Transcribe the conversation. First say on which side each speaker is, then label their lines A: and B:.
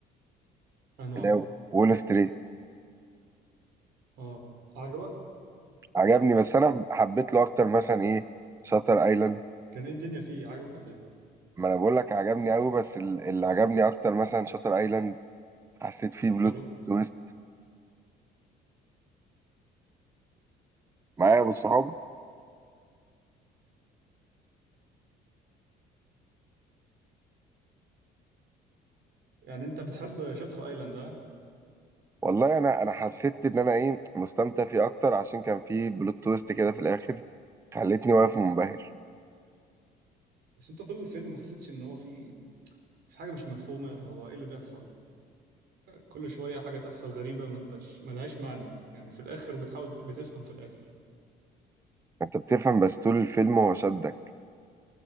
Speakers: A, on the right; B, on the right.
A: أهلا واحد
B: لا وول ستريت
A: أه عجبك؟
B: عجبني بس انا حبيت له اكتر مثلا ايه شاتر ايلاند
A: كان إيه الدنيا فيه عجبك ولا إيه؟
B: ما انا بقول لك عجبني قوي بس ال- اللي عجبني اكتر مثلا شاتر ايلاند حسيت فيه بلوت
A: ألو
B: تويست معايا بالصحاب
A: يعني أنت بتحب شاتر أيلاند أه
B: والله انا انا حسيت ان انا ايه مستمتع فيه اكتر عشان كان فيه بلوت تويست كده في الاخر خلتني واقف منبهر
A: بس أنت طول الفيلم ما حسيتش إن هو فيه في حاجة مش مفهومة هو إيه اللي بيحصل كل شوية حاجة تحصل غريبة ما أنتش ملهاش معنى يعني في الآخر بتحاول بتفهم في الآخر
B: انت بتفهم بس طول الفيلم هو شدك